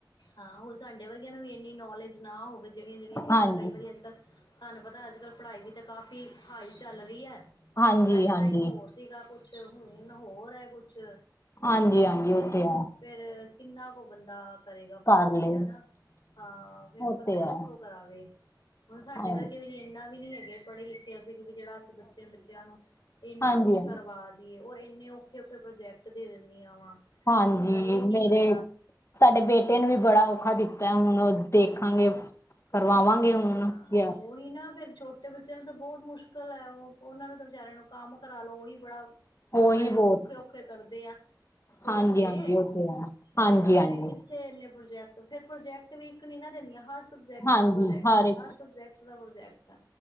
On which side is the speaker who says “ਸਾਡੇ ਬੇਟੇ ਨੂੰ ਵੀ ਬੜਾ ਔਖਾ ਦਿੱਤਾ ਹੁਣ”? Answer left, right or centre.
Left